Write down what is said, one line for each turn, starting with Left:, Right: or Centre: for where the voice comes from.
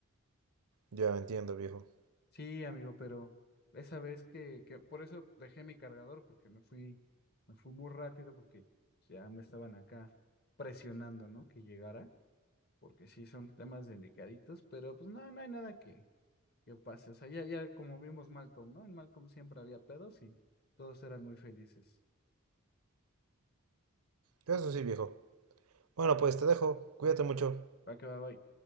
Right: Ya entiendo, viejo.
Left: Sí, amigo, pero esa vez que, que por eso dejé mi cargador, porque me fui, me fui muy rápido, porque ya me estaban acá presionando, ¿no? Que llegara, porque sí son temas delicaditos, pero pues no, no hay nada que pase. O sea, ya, ya como vimos Malcolm, ¿no? En Malcolm siempre había pedos y todos eran muy felices.
Right: Eso sí, viejo. Bueno, pues te dejo. Cuídate mucho.
Left: Va que va, bye.